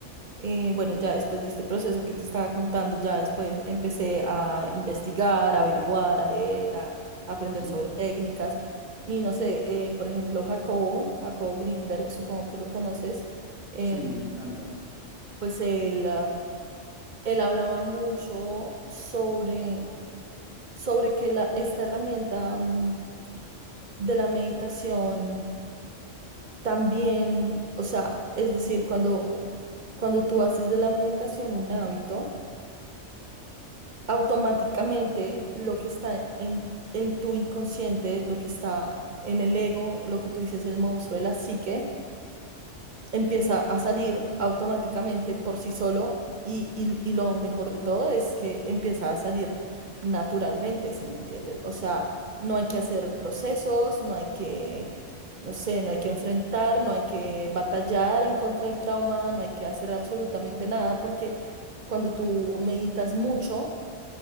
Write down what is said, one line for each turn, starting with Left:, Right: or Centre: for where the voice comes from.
Right: eh, bueno, ya después de este proceso que te estaba contando, ya después empecé a investigar, a averiguar, a leer, a, a aprender
Centre: Ujú.
Right: sobre técnicas. Y no sé, eh, por ejemplo, Jacobo, Jacobo Greenberg, supongo que lo conoces, em,
Centre: Sí, me encanta.
Right: pues él... ah, él hablaba mucho sobre, sobre que la, esta herramienta mm, de la meditación también, o sea, es decir, cuando, cuando tú haces de la meditación un hábito, automáticamente lo que está en, en tu inconsciente, lo que está en el ego, lo que tú dices, el monstruo de la psique, empieza a salir automáticamente por sí solo y, y- y lo mejor de todo es que empieza a salir naturalmente, si me entiendes. O sea, no hay que hacer procesos, no hay que, no sé, no hay que enfrentar, no hay que batallar en contra del trauma, no hay que hacer absolutamente nada porque cuando tú meditas mucho,